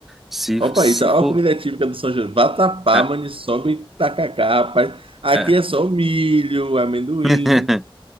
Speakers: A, in the centre; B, on the right (about 70°).
A: se,
B: Olha o
A: se
B: país, olha
A: for...
B: a comida típica do São João. Vatapá,
A: É,
B: maniçoba e tacacá, rapaz. Aqui
A: é.
B: é só milho, amendoim.
A: <laughs>